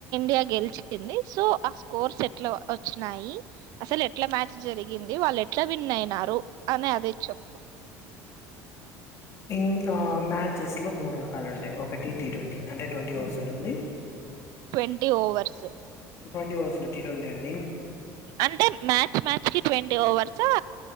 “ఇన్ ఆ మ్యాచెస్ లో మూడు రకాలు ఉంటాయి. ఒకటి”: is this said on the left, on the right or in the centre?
Left